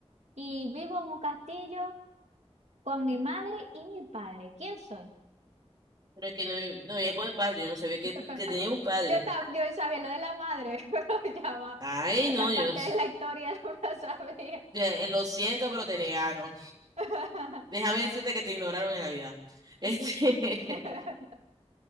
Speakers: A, on the right; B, on the right.
A: y vivo en un castillo con mi madre y mi padre. ¿Quién soy?
B: Pero es que no, vi- no vivía con el padre, yo no sabía que,
A: <laughs>
B: que tenía un padre.
A: Yo, ta- yo sabía lo de la madre, <laughs> pero ya va.
B: Ay,
A: Esa
B: no, yo
A: parte
B: no s-
A: de la historia <laughs> no me la sabía.
B: eh, lo siento, pero te negaron.
A: <laughs>
B: Déjame decirte que te ignoraron en la vida. Este,
A: Sí. <laughs>
B: <laughs>